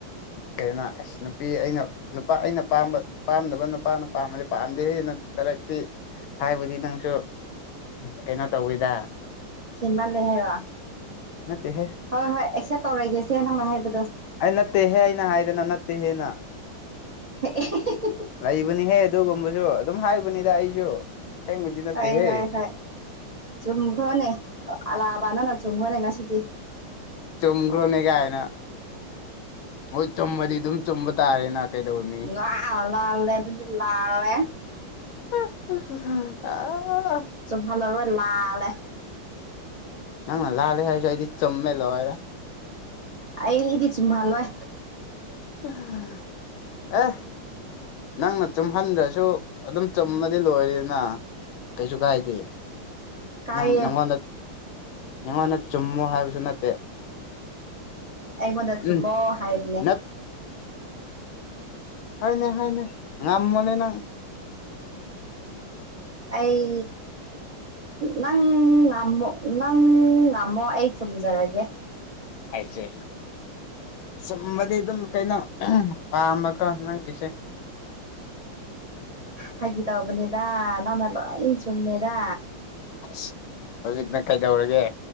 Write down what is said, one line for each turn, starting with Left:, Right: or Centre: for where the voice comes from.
Left: ꯀꯩꯅꯣ ꯑꯁ ꯅꯨꯄꯤ ꯑꯩꯅ ꯅꯨꯄꯥ ꯑꯩꯅ ꯄꯥꯝꯕ ꯄꯥꯝꯗꯕ ꯅꯨꯄꯥꯅ ꯄꯥꯝꯕꯗꯤ ꯄꯥꯝꯗꯦꯍꯦ <unintelligible> ꯍꯥꯏꯕꯗꯤ ꯅꯪꯁꯨ ꯀꯩꯅꯣ ꯇꯧꯋꯤꯗ꯫
Right: ꯊꯦꯡꯃꯜꯂꯦ ꯍꯥꯏꯔꯣ
Left: ꯅꯠꯇꯦꯍꯦ
Right: ꯍꯣꯏ ꯍꯣꯏ ꯑꯦꯛꯁꯦꯞ ꯇꯧꯔꯒꯦꯁꯦ ꯅꯪꯅ ꯍꯥꯏꯕꯗꯣ꯫
Left: ꯑꯩ ꯅꯠꯇꯦꯍꯦ ꯑꯩꯅ ꯍꯥꯏꯗꯅ ꯅꯠꯇꯦꯍꯦꯅ
Right: <unintelligible>
Left: ꯂꯩꯕꯅꯤꯍꯦ ꯑꯗꯨꯒꯨꯝꯕꯁꯨ ꯑꯗꯨꯝ ꯍꯥꯏꯕꯅꯤꯗ ꯑꯩꯁꯨ ꯑꯁꯦꯡꯕꯗꯤ ꯅꯠꯇꯦꯍꯦ
Right: ꯍꯣꯏ ꯍꯣꯏ ꯍꯣꯏ ꯆꯨꯝꯈ꯭ꯔꯣꯅꯦ ꯑꯂꯥꯕꯥ ꯅꯪꯅ ꯆꯨꯝꯈ꯭ꯔꯣꯅꯦ ꯉꯁꯤꯗꯤ
Left: ꯆꯨꯝ꯭ꯈꯔꯣꯅꯦ ꯒꯥꯏꯅ ꯍꯣꯏ ꯆꯨꯝꯃꯗꯤ ꯑꯗꯨꯝ ꯆꯨꯝꯕ ꯇꯥꯔꯦꯅ ꯀꯩꯗꯧꯅꯤ
Right: ꯉꯥ ꯂꯥꯜꯂꯦ ꯑꯗꯨꯗꯤ ꯂꯥꯜꯂꯦ
Left: <inaudible>
Right: ꯆꯨꯝꯍꯜꯂꯔꯣꯏ ꯂꯥꯜꯂꯦ
Left: ꯅꯪꯅ ꯂꯥꯜꯂꯦ ꯍꯥꯏꯔꯁꯨ ꯑꯩꯗꯤ ꯆꯨꯝꯃꯦ ꯂꯣꯏꯔꯦ
Right: ꯑꯩꯗꯤ ꯆꯨꯝꯍꯜꯂꯣꯏ
Left: <unintelligible> ꯅꯪꯅ ꯆꯨꯝꯍꯟꯗ꯭ꯔꯁꯨ ꯑꯗꯨꯝ ꯆꯨꯝꯃꯗꯤ ꯂꯣꯏꯔꯦꯅ ꯀꯩꯁꯨ ꯀꯥꯏꯗꯦ
Right: ꯀꯥꯏꯌꯦ
Left: ꯅꯪ ꯅꯪꯉꯣꯟꯗ ꯅꯪꯉꯣꯟꯗ ꯆꯨꯝꯃꫭ ꯍꯥꯏꯕꯁꯨ ꯅꯠꯇꯦ
Right: ꯑꯩꯉꯣꯟꯗ ꯆꯨꯝꯃꯣ
Left: ꯎꯝ
Right: ꯍꯥꯏꯕꯅꯦ
Left: ꯅꯠ ꯍꯣꯏꯅꯦ ꯍꯣꯏꯅꯦ ꯉꯝꯃꯣꯅꯦ ꯅꯪ
Right: ꯑꯩ ꯅꯪ ꯉꯝꯃꯣ ꯅꯪ ꯉꯝ ꯃꯣ ꯑꯩ ꯆꯨꯝꯖꯔꯒꯦ
Left: ꯍꯥꯏꯁꯦ ꯆꯨꯝꯃꯗꯤ ꯑꯗꯨꯝ ꯀꯩꯅꯣ ꯄꯥꯝꯃꯒ ꯅꯪꯒꯤꯁꯦ
Right: ꯐꯥꯒꯤ ꯇꯧꯕꯅꯤꯗ ꯅꯪꯅ ꯂꫭꯏ ꯆꯨꯝꯃꯦꯗꯥ
Left: ꯑꯁ ꯍꯧꯖꯤꯛꯅ ꯀꯩꯗꯧꯔꯒꯦ